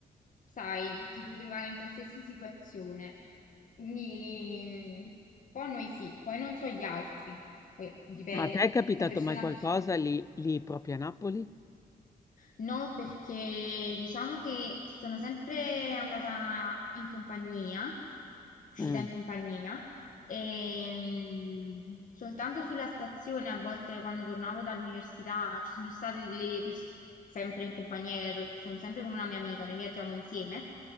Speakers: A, on the left (about 55°); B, on the left (about 20°).
A: sai, ti puoi trovare in qualsiasi situazione. Quindi, mm, un po' noi sì, poi non so gli altri, poi dipende
B: Ma a te è capitato
A: da persona
B: mai qualcosa
A: a persona.
B: lì, lì proprio a Napoli?
A: No, perché diciamo che sono sempre andata in compagnia, uscita
B: Mm.
A: in compagnia, e mm, soltanto sulla stazione, a volte quando tornavo dall'università, ci sono state delle persone sempre in compagnia, ero- sono sempre con una mia amica, noi viaggiamo insieme.